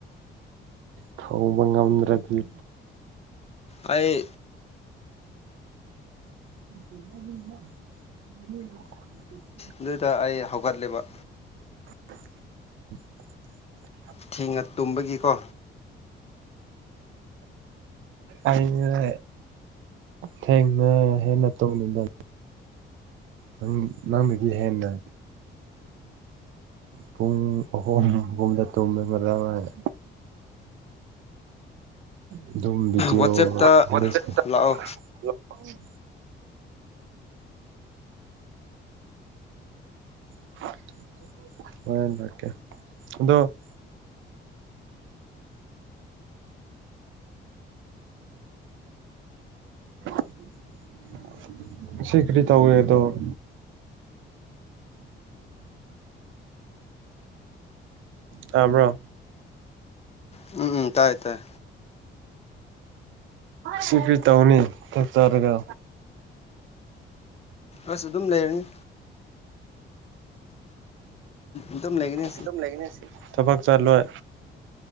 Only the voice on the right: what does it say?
ꯊꯧꯕ ꯉꯝꯗ꯭ꯔꯗꯤ
<inaudible>
<inaudible>
ꯑꯩꯁꯦ ꯊꯦꯡꯅ ꯍꯦꯟꯅ ꯇꯨꯝꯅꯤꯗ ꯅꯪ ꯅꯪꯅꯗꯤ ꯍꯦꯟꯅ ꯄꯨꯡ ꯑꯍꯨꯝꯒꯨꯝꯕꯗ ꯇꯨꯝꯃꯦ ꯉꯔꯥꯡ ꯑꯩ ꯑꯗꯨꯝ ꯕꯤꯗꯤꯑꯣ
<inaudible>
<inaudible> ꯍꯣꯔꯦꯟ ꯍꯥꯏꯔꯛꯀꯦ ꯑꯗꯣ ꯎ <inaudible> <inaudible> ꯁꯤꯈꯔꯤ ꯇꯧꯋꯦꯗꯣ ꯑꯩ <inaudible> ꯇꯥꯕ꯭ꯔꯣ
ꯁꯤ ꯀ꯭ꯔꯤ ꯇꯧꯅꯤ ꯆꯥꯛ ꯆꯥꯔꯒ
ꯑꯗꯨꯝ ꯂꯩꯒꯅꯤ ꯊꯕꯛ ꯆꯠꯂꯣꯏ